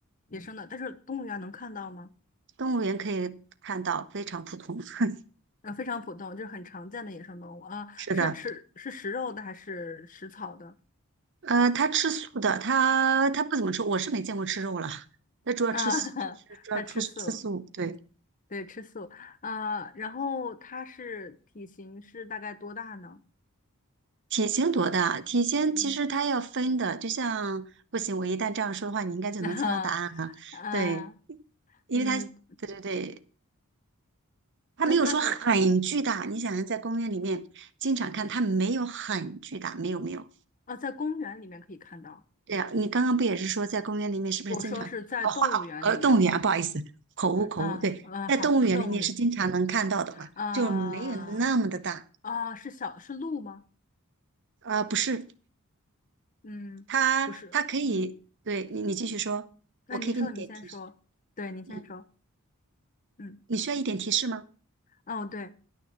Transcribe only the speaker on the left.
野生的，但是动物园能看到吗？
啊，非常普通，就是很常见的野生动物啊。
是吃是食肉的还是食草的？
啊，<laughs>
它吃素，
对，吃素。啊，然后它是体型是大概多大呢？
嗯，
<laughs> 那、啊，
嗯，
那它是
啊，在公园里面可以看到。
我说是在动物园里面
啊，
嗯，
好，动物园啊
啊，是小是鹿吗？
嗯，
不是，嗯，
那您说，您先说，对，您先说，
嗯，
哦，对